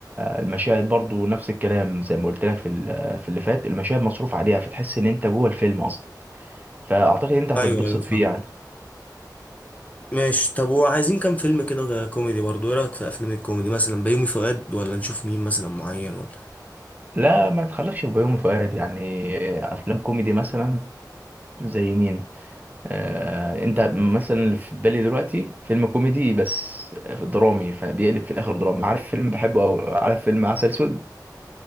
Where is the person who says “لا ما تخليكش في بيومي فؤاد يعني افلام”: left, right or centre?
Right